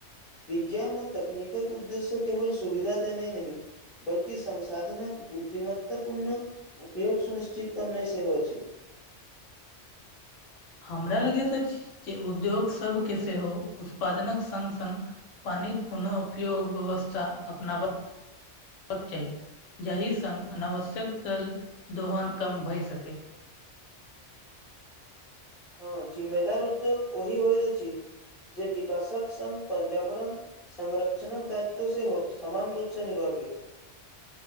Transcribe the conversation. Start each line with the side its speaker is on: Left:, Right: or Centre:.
Centre: विज्ञान ओ तकनीकक उद्देश्य केवल सुविधा देनाए नहि बल्कि संसाधनक बुद्धिमत्तापूर्ण उपयोग सुनिश्चित करनाइ सेहो अछि
Left: हमरा लगे तऽ जे उद्योग सभके सेहो उत्पादनक संग संग पानीक पुनः उपयोग व्यवस्था अपनावा बाक चाही जाहि सङ् अनावश्यक तल दोहन कम भए सकय
Centre: हँ जिम्मेदार उद्योग ओहि होइत अछि जे विकासक संगङ पर्यावरण संरक्षणक दायित्व सेहो समान रूप से निभाबे